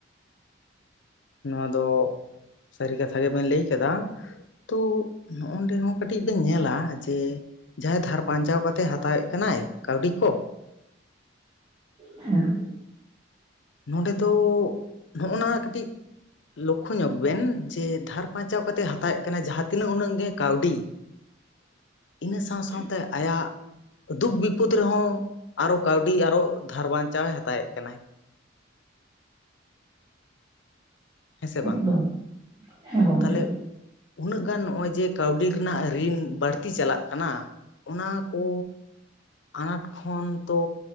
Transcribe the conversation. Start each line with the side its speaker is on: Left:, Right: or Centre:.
Left: ᱱᱚᱣᱟ ᱫᱚ ᱥᱟᱹᱨᱤ ᱠᱟᱛᱷᱟ ᱜᱮ ᱵᱮᱱ ᱞᱟᱹᱭ ᱠᱟᱫᱟ᱾ ᱛᱚ ᱱᱚᱜ-ᱚᱱ ᱰᱮ ᱦᱚᱸ ᱠᱟᱹᱴᱤᱡ ᱵᱮᱱ ᱧᱮᱞᱟ ᱡᱮ ᱡᱟᱦᱟᱸᱭ ᱫᱷᱟᱨ ᱵᱟᱧᱪᱟᱣ ᱠᱟᱛᱮᱫ ᱦᱟᱛᱟᱣᱮᱫ ᱠᱟᱱᱟᱭ ᱠᱟᱹᱣᱰᱤ ᱠᱚ
Right: ᱦᱮᱸ᱾
Left: ᱱᱚᱸᱰᱮ ᱫᱚ ᱱᱚᱜ-ᱚ ᱱᱟ ᱠᱟᱹᱴᱤᱡ ᱞᱚᱠᱷᱚ ᱧᱚᱜᱽ ᱵᱮᱱ ᱡᱮ ᱫᱷᱟᱨ ᱯᱟᱧᱪᱟᱣ ᱠᱟᱛᱮᱜ ᱦᱟᱛᱟᱣᱮᱫ ᱠᱟᱱᱟᱭ, ᱡᱟᱦᱟᱸ ᱛᱤᱱᱟᱹᱜ ᱩᱱᱟᱹᱜ ᱜᱮ ᱠᱟᱹᱣᱰᱤ᱾
Right: <inaudible>
Left: ᱤᱱᱟᱹ ᱥᱟᱶ
Right: ᱴᱷᱤᱠ
Left: ᱥᱟᱶᱛᱮ ᱟᱭᱟᱜ ᱫᱩᱠ ᱵᱤᱯᱚᱫ ᱨᱮᱦᱚᱸ ᱟᱨᱚ ᱠᱟᱹᱣᱰᱤ ᱟᱨᱚ ᱫᱷᱟᱨ ᱵᱟᱧᱪᱟᱣᱮ ᱦᱟᱛᱟᱣᱮᱜ ᱠᱟᱱᱟᱭ᱾ ᱦᱮᱸ ᱥᱮ ᱵᱟᱝ?
Right: ᱮᱠᱫᱚᱢ ᱦᱮᱸ ᱜᱚᱢᱠᱮ
Left: ᱛᱟᱦᱞᱮ ᱩᱱᱟᱹᱜ ᱜᱟᱱ ᱱᱚᱜ-ᱚᱭ ᱡᱮ ᱠᱟᱹᱣᱰᱤ ᱨᱮᱱᱟᱜ ᱨᱤᱱ ᱵᱟᱹᱲᱛᱤ ᱪᱟᱞᱟᱜ ᱠᱟᱱᱟ᱾ ᱚᱱᱟ ᱠᱚ ᱟᱱᱟᱴ ᱠᱷᱚᱱ ᱛᱚ